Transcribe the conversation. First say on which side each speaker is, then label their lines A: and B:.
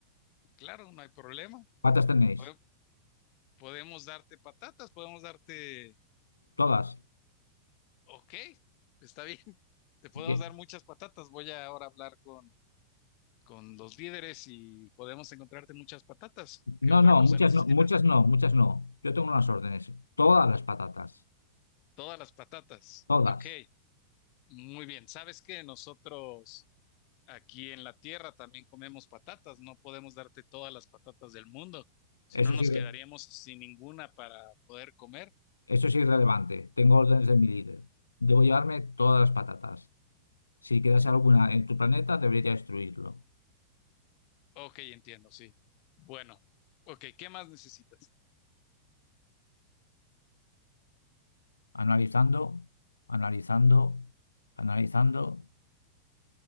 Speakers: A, on the left; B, on the left.
A: claro, no hay problema.
B: ¿Patas tenéis?
A: Pode- Podemos darte patatas, podemos darte...
B: Todas.
A: Ok, está bien. <laughs> Te podemos
B: Bien.
A: dar muchas patatas. Voy a ahora hablar con, con los líderes y podemos encontrarte muchas patatas. ¿Qué
B: No,
A: otra
B: no,
A: cosa
B: muchas
A: necesitas?
B: no, muchas no, muchas no. Yo tengo unas órdenes. Todas las patatas.
A: Todas las patatas.
B: Todas.
A: Ok, muy bien. ¿Sabes qué? Nosotros... Aquí en la tierra también comemos patatas, no podemos darte todas las patatas del mundo, si
B: Eso
A: no nos
B: es irre-
A: quedaríamos sin ninguna para poder comer.
B: eso es irrelevante. Tengo órdenes de mi líder. Debo llevarme todas las patatas. Si quedase alguna en tu planeta, debería destruirlo.
A: Ok, entiendo, sí. Bueno, ok, ¿qué más necesitas?
B: Analizando, analizando, analizando.